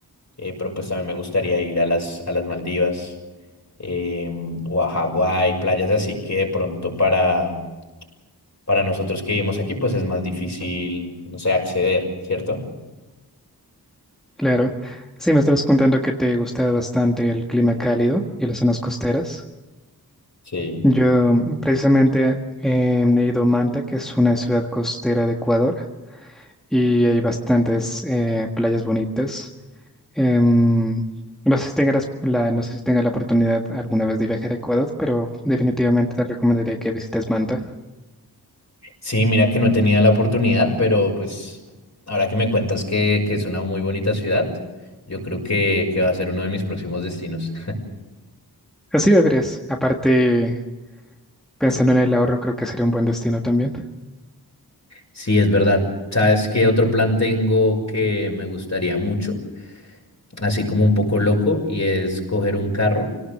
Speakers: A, on the left; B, in the centre.
A: eh, pero pues también me gustaría ir a las, a las Maldivas eh, o a Hawái, playas así que de pronto para, para nosotros que vivimos aquí, pues es más difícil, no sé, acceder, ¿cierto?
B: Claro. Sí, me estabas contando que te gusta bastante el clima cálido y las zonas costeras.
A: Sí.
B: Yo mm, precisamente eh, he ido a Manta, que es una ciudad costera de Ecuador, y hay bastantes eh, playas bonitas. Em, no sé si tengas la, no sé si tengas la oportunidad alguna vez de viajar a Ecuador, pero definitivamente te recomendaría que visites Manta.
A: Sí, mira que no tenía la oportunidad, pero pues ahora que me cuentas que, que es una muy bonita ciudad, yo creo que, que va a ser uno de mis próximos destinos.
B: Así deberías. Aparte, pensando
A: <laughs>
B: en el ahorro, creo que sería un buen destino también.
A: Sí, es verdad. ¿Sabes qué otro plan tengo que me gustaría mucho? Así como un poco loco, y es coger un carro